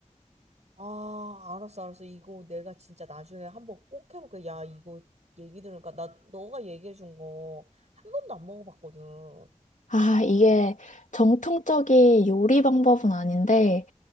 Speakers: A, on the right; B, on the left.
A: 아, 알았어, 알았어. 이거 내가 진짜 나중에 한번 꼭 해볼게. 야, 이거 얘기 들으니까 나 너가 얘기해준 거 한 번도 안 먹어봤거든.
B: 아, 이게 정통적인 요리 방법은 아닌데,